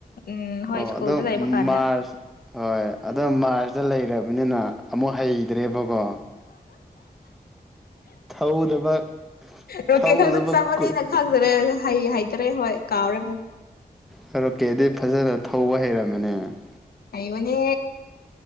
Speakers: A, on the left (about 75°); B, in the centre.
A: ꯎꯝ ꯍꯣꯏ
B: ꯑꯣ
A: ꯁ꯭ꯀꯨꯜꯗ
B: ꯑꯗꯣ
A: ꯂꯩꯕ ꯀꯥꯟꯗ
B: ꯃꯥꯔꯁ ꯍꯣꯏ ꯑꯣ ꯃꯥꯔꯁ ꯐꯖ ꯂꯩꯔꯕꯅꯤꯅ ꯑꯃꯨꯛ ꯍꯩ ꯗ꯭ꯔꯦꯕꯒꯣ ꯊꯧꯗꯕ
A: ꯔꯣꯀꯦ
B: ꯊꯧꯗꯕ
A: ꯈꯛꯇ ꯆꯪꯉꯅꯤꯅ
B: ꯀꯨꯏ
A: ꯈꯪꯖꯔꯦ ꯍꯩ ꯍꯩꯇꯔꯦ ꯍꯣꯏ ꯀꯥꯎꯔꯦ ꯑꯃꯨꯛ
B: ꯀꯔꯣꯀꯦ ꯑꯗꯨ ꯐꯖꯅ ꯊꯧꯕ ꯍꯩꯔꯕꯝꯃꯦ ꯃꯅꯦ
A: ꯍꯥꯏꯥꯏꯕꯅꯦ